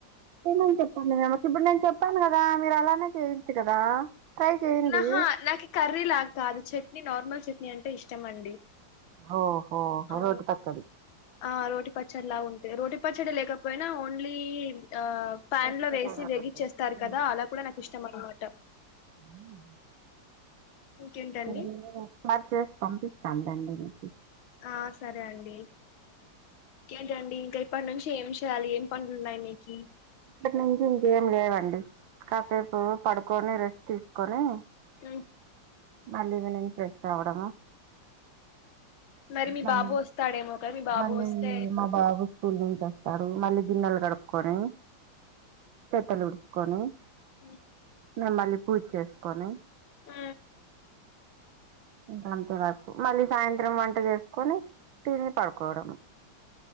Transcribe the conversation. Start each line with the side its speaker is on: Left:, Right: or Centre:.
Right: అమని చెప్పంను ఇమకి ఇప్పుడు నేను చెప్పాను కదా మీరు అలానే చేయచ్చు కదా ట్రై చేయండి
Left: నాహా నాకు కర్రీ లాగా కాదు చట్నీ నార్మల్ చట్నీ అంటే ఇష్టం అండి
Right: ఓహోహో
Left: ఓ
Right: రోటి పచ్చడి
Left: ఆ రోటి పచ్చడిలా ఉంటే రోటి పచ్చడి లేకపోయినా ఓన్లీ ఆ ప్యాన్
Right: మత్తికార
Left: లో వేసి వెేగిచ్చేస్తారు
Right: పట్టేసి
Left: కదా అలా కూడా నాకు ఇష్టం అనమాట
Right: ఉ
Left: ఇంకేంటండి
Right: బాగాళాదుంప మర్ చేసి పంపిస్తాన్ దండి మీకు
Left: ఆ సరే అండి ఏంటండి ఇంకా ఇప్పటి నుంచి ఏం చేయాలి ఏం పనులు ఉన్నాయి మీకి
Right: ఇక్కటి నుంచి ఇంకేం లేవండి కాసేపు పడుకొని రెస్ట్ తీసుకొని
Left: ఉ
Right: నల్ ఇది నను ఫ్రెష్ కావడమా
Left: మరి మీ
Right: మళ్ళీ
Left: బాబు వస్తాడేమో క మీ బాబు
Right: మళ్ళీ
Left: వస్తే
Right: మా బాబు స్కూల్ నుంచి వస్తాడు మళ్ళీ గిన్నెలు గడుకొని <unintelligible> ఉడుపుకొని
Left: మ్మ్
Right: మిమ్మల్ళీ పూజ చేసుకొని
Left: ఉ
Right: ఇంక అంతే వరకు మళ్ళీ సాయంత్రం వంట చేసుకొని తిని పడుకోవడం